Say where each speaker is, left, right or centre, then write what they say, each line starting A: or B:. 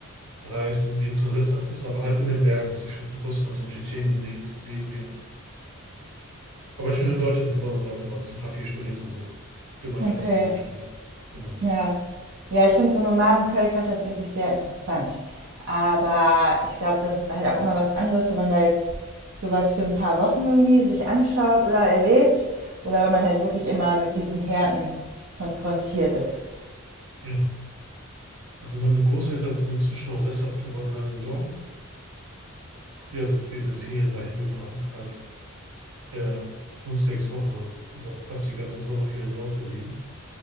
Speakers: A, on the right; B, on the right.
A: reist und nirgendwo sesshaft ist, aber halt in den Bergen zwischen Russland und Tschetschenien leben, leben wir. Aber ich bin in Deutschland geboren und aufgewachsen, habe hier studiert und so. Bin mein ganzes
B: okay.
A: Leben lang schon hier. Genau.
B: Ja. Ja, ich finde so Nomadenvölker tatsächlich sehr interessant. Aber ich glaube, das ist halt auch immer was anderes, wenn man da jetzt sowas für ein paar Wochen irgendwie sich anschaut oder erlebt. Oder wenn man halt wirklich immer mit diesen Härten konfrontiert ist.
A: Ja. Also meine Großeltern sind inzwischen auch sesshaft geworden in einem Dorf. Früher sind wir in den Ferien dahin gefahren, halt ähm, fünf, sechs Wochen und über fast die ganzen Sommerferien dort geblieben.